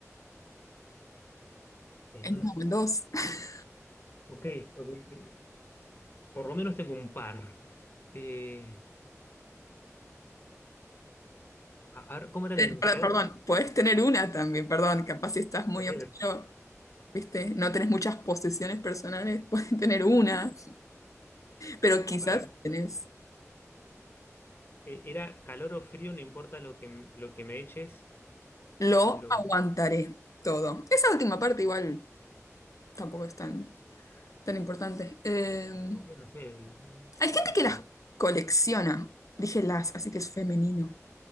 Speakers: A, on the left (about 40°); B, on the left (about 80°).
A: En
B: En
A: una-
B: una o en
A: eh,
B: dos. <laughs>
A: ok, ok. eh, Por lo menos tengo un par. Eh, a- a ver, ¿cómo era
B: Eh,
A: el enunciado?
B: per- Perdón, puedes tener una también, perdón, capaz si estás muy
A: Ok,
B: oscuro, ¿viste? No tenés muchas posesiones personales, <laughs> puedes tener una, pero quizás
A: para,
B: tenés,
A: eh, era calor o frío, no importa lo que, lo que me eches,
B: lo
A: lo
B: aguantaré todo. Esa última parte igual tampoco es tan, tan importante. Eh,
A: no sé, el,
B: hay gente que las
A: el-
B: colecciona, dije las, así que es femenino,